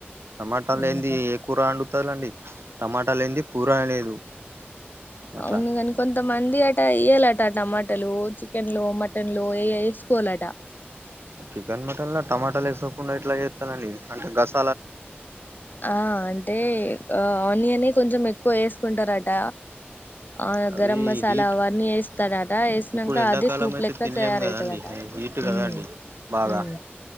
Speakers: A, on the right; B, on the left.
A: టమాటాలేంది
B: ఉహు
A: ఏ కూర అండి తలండి టమాటా లేంది కూర లేదు అట్లా
B: అవును కాని కొంతమంది అ ట ఎయ్యలట టమాటాలు చికెన్లో మటన్లో ఏ ఏసుకోలట
A: చికెన్ మటన్లా టమాటాలు ఏసోస్ కుండా ఎట్లా చేత్తారండి అంటే గస్
B: ఆ అంటే ఆనియనే కొంచెం మెత్ క్కువ ఏసుకుంటరట ఆ
A: అవి
B: గరం మసాలా
A: హీట్
B: అవన్నీ ఏస్తాడట ఏసినంక
A: ఇప్పుడు ఎండాకాలం
B: అదే సూప్
A: అయితే
B: లెక్క
A: తినలేము
B: తయారవుతుందట
A: కదండి హీట్
B: మ్మ్
A: కదా అండి బాగా
B: మ్మ్